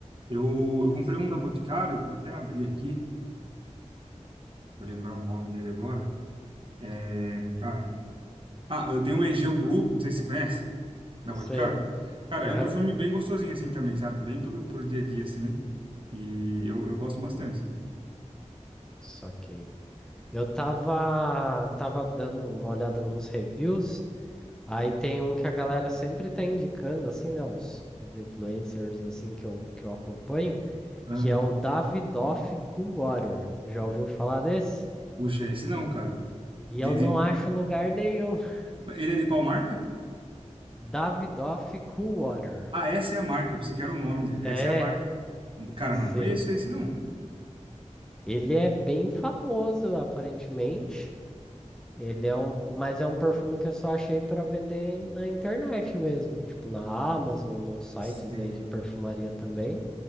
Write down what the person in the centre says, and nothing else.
Sei.
Aham.
Só que eu tava, tava dando uma olhada nos reviews, aí tem um que a galera sempre tá indicando, assim, né? Os, os influencers, assim, que eu, que eu acompanho.
que é o Davidoff Coolwater. Já ouviu falar desse?
E
eu
não acho em lugar nenhum. <laughs>
Davidoff Coolwater.
É,
sim.
Ele é bem famoso, aparentemente. Ele é um, mas é um perfume que eu só achei para vender na internet mesmo, tipo na Amazon, nos sites
aí de perfumaria também.